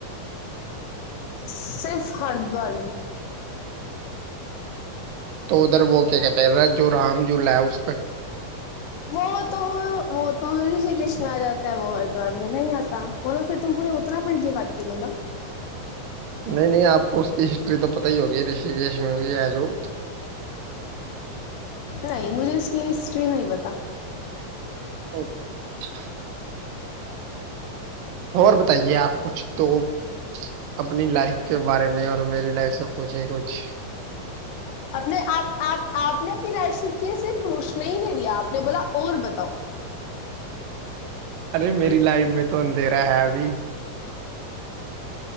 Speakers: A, on the left; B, on the right.
A: ਸਿਰਫ ਹਰਿਦੁਆਰ
B: ਉਧਰ ਵ ਕਿਆ ਕਹਿਤੇ ਰ ਜੋ ਰਾਮ ਜੁਲਾ ਹੈ ਉਸ
A: ਉਹ ਤਾਂ ਬਹੁਤ ਰਿਸ਼ੀਕੇਸ਼ ਮੇ ਆਤਾ ਮੈਂ ਆ ਜਾਤਾ ਹੈ ਵ ਹਰਿਦੁਆਰ ਨਹੀਂ ਆਤਾ ਬੋਲੋ ਫਿਰ ਤੁ ਪੂਰੇ ਉਤਰਾਖੰਡ ਕੀ ਬਾਤ ਕਰੋ ਨਾ
B: ਨਹੀਂ ਨਹੀਂ ਆਪ ਉਸਦੀ ਹਿਸਟਰੀ ਤਾਂ ਪਤਾ ਹੀ ਹੋ ਗੀ ਰਿਸ਼ਕੇਸ਼ ਮ ਵੀ ਆ ਜੋ
A: ਨਹੀਂ ਮੁਝੇ ਇਸ ਹਿਸਟਰੀ ਨਹੀਂ ਪਤਾ
B: ਓਕੇ ਹੋਰ ਬਤਾਈਏ ਆਪ ਕੁਛ ਤੋਂ ਆਪਣੀ ਲਾਈਫ ਕੇ ਬਾਰੇ ਮੈਂ ਰ ਮੇਰੀ ਲਾਈਫ ਸ ਪੁੱਛੇ ਕੁਛ
A: ਆਪਣੇ ਆਪ ਆਪ ਨੇ ਫਿਰ ਐਸੀਕੇ ਸੇ ਪੁੱਛਣਾ ਹੀ ਨਹੀਂ ਲਿਆ ਆਪ ਨੇ ਬੋਲਾ ਬਤਾਓ
B: ਅਰੇ ਮੇਰੀ ਲਾਈਫ ਮੈਂ ਤ ਅੰਧੇਰਾ ਹੈ ਅਭ